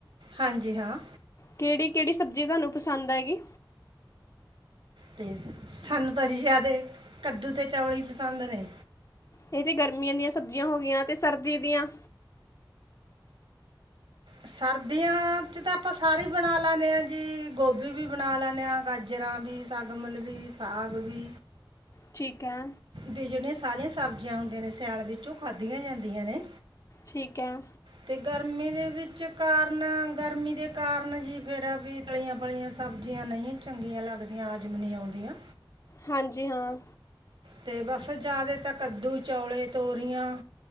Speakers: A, on the right; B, on the left.
A: ਹਾਂਜੀ ਹਾਂ।
B: ਕਿਹੜੀ, ਕਿਹੜੀ ਸਬਜ਼ੀ ਤੁਹਾਨੂੰ ਪਸੰਦ ਹੈਗੀ।
A: ਤੇ ਸਾਨੂੰ ਤਾਂ ਅਸੀ ਜ਼ਿਆਦੇ ਕੱਦੂ ਤੇ ਚਾਵਲ ਹੀ ਪਸੰਦ ਨੇ
B: ਇਹ ਤੇ ਗਰਮੀਆਂ ਦੀਆਂ ਸਬਜ਼ੀਆਂ ਹੋ ਗਈਆਂ ਅਤੇ ਸਰਦੀ ਦੀਆਂ
A: ਸਰਦੀਆਂ ਚ ਤਾਂ ਆਪਾਂ ਸਾਰੇ ਬਣਾ ਲੈਦੇ ਹਾਂ, ਜੀ ਗੋਭੀ ਵੀ ਬਣਾ ਲੈਦੇ ਹਾਂ ਗਾਜਰ ਤਰਾਂ, ਵੀ ਸਗਮਲ, ਵੀ ਸਾਗ ਵੀ
B: ਠੀਕ ਹੈ
A: ਵੀ ਜਿਹੜੀਆਂ ਸਾਰੀਆਂ ਸਬਜ਼ੀਆਂ ਹੁੰਦੀਆਂ ਨੇ, ਸਿਆਲ ਵਿੱਚ ਉਹ ਖਾਦੀਆ ਜਾਂਦੀਆਂ ਨੇ
B: ਠੀਕ ਹੈ।
A: ਤੇ ਗਰਮੀ ਦੇ ਵਿੱਚ ਕਾਰਨ, ਗਰਮੀ ਦੇ ਕਾਰਨ ਜੀ, ਮੇਰਾ ਵੀ ਤਲੀਆਂ ਪਲੀਆਂ ਸਬਜ਼ੀਆਂ ਨਹੀਂ ਚੰਗੀਆਂ ਲੱਗਦੀਆਂ ਹਜ਼ਮ ਨਹੀਂ ਆਉਂਦੀਆਂ
B: ਹਾਂਜੀ, ਹਾਂ।
A: ਤੇ ਬਸ ਜ਼ਿਆਦੇ ਤੇ ਕੱਦੂ, ਚੌਲੇ ਤੋਰੀਆਂ